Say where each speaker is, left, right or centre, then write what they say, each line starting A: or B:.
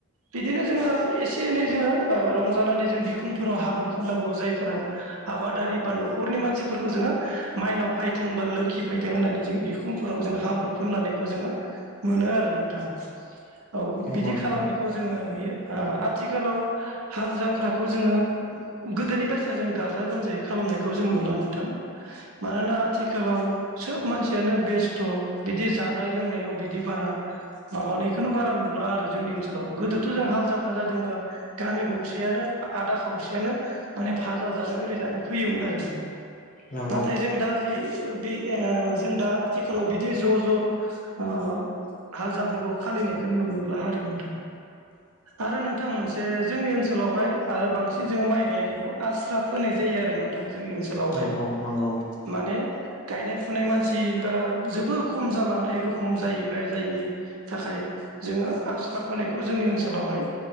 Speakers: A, on the right (about 80°); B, on the left (about 35°).
A: बिदिनो जोंङो एसे-एनै जोंङो रंजानानै जों बिखुंफोराव हाब्रु फुननांगौ जायफोरा आबादारि बा न'खरनि मानसिफोरखौ जोङो माइनाव फैथों बा लोखि फैथों होननानै जों बिखुंफोराव जों हाब्रु फोनलानायखौ जोङो मोनो आरो नोंथां। औ
B: नंगौ
A: बिदि
B: नोंथां
A: खालामनायखौ। जोङो नुयो ओ आथिखालाव हाल-जांख्राखौ जोङो गो गोदोनि बायसा जों गाजा-गोमजायै खालामनायखौ जों नुला नोंथां मानोना आथिखालाव सोब मानसियानो बेस्थ' बिदि जानाय लोंनायाव बिदि बारा, माबानायखौ बारा नुला आरो जोंनि ओनसोलाव गोदोथ' जों हाल जां हाग्रा जादोंबा गामि गंसेयानो आदा खावसेयानो। माने भाजा जानो ओरै जानो फैयोमोन आरो
B: नंगौ
A: नाथाय जों दा। बे बे ओ जों दा आथिखालाव बिदि ज' ज' ओ हाल-जांख्राखौ फालिनायखौ नुला आरो नोंथां। आरो नोंथां मोनसे जोंनि ओनसोलावहाय आरो बांसिन जोंङो माइ गायनाय बेखौ आस्रा फोनाय जायो आरो नोंथां जोंनि ओनसोलावहाय
B: नंगौ नंगौ
A: माने, गायनाय-फुनाय मानसि बा जोबोर खम जालांनाय रखम जाहैबाय जायनि। थाखाय जोङो आस्रा फोनायखौ जोंनि ओनसोलावहाय।